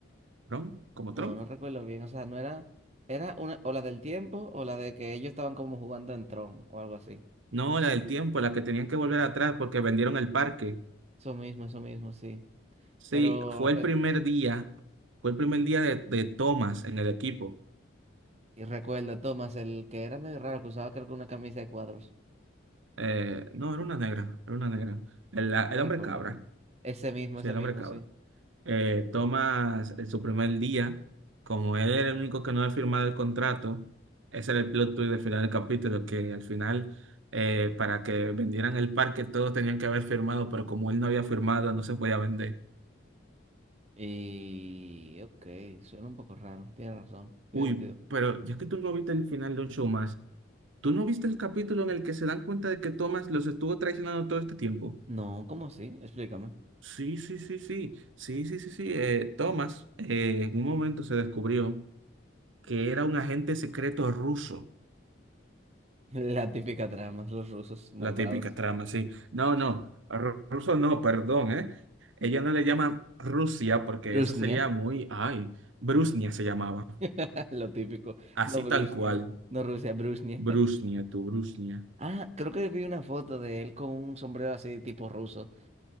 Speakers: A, on the right; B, on the right.
A: ¿Tron? ¿Como
B: No,
A: Tron?
B: no recuerdo bien, o sea, no era, era una, o la del tiempo, o la de que ellos estaban como jugando en Tron, o algo así.
A: No, la del tiempo, la que tenían que volver atrás porque vendieron el parque.
B: Eso mismo, eso mismo, sí.
A: Sí,
B: Pero,
A: fue el
B: eh,
A: primer día, fue el primer día de, de Thomas en el equipo.
B: y recuerdo, Thomas, el que era medio raro, que usaba creo que una camisa de cuadros.
A: Eh, no, era una negra, era una negra. El, la- el
B: No
A: hombre
B: recuerdo
A: cabra,
B: bien. Ese mismo,
A: sí,
B: ese
A: el
B: mismo,
A: hombre cabra.
B: sí.
A: Eh, Thomas, en su primer día, como él era el único que no había firmado el contrato, ese era el plot twist del final del capítulo, que al final, eh, para que vendieran el parque, todos tenían que haber firmado, pero como él no había firmado, no se podía vender.
B: Y, ok, suena un poco raro, tiene razón, tiene
A: Uy,
B: sentido.
A: pero ya que tú no viste el final de un show más, ¿tú no viste el capítulo en el que se dan cuenta de que Thomas los estuvo traicionando todo este tiempo?
B: No, ¿cómo así? Explícame. <laughs>
A: Sí, sí, sí, sí, sí, sí, sí, sí. eh, Thomas eh, en un momento se descubrió que era un agente secreto ruso,
B: La típica trama, los rusos malvados.
A: la típica trama, sí. No, no, ru- ruso no, perdón, ¿eh? Ella no le llama Rusia porque
B: Brusnia,
A: eso sería muy, ay, Brusnia se llamaba,
B: <laughs> lo típico.
A: así
B: No Brusnia,
A: tal cual,
B: no Rusia, Brusnia.
A: Brusnia, tu Brusnia,
B: Ah, creo que vi una foto de él con un sombrero así tipo ruso.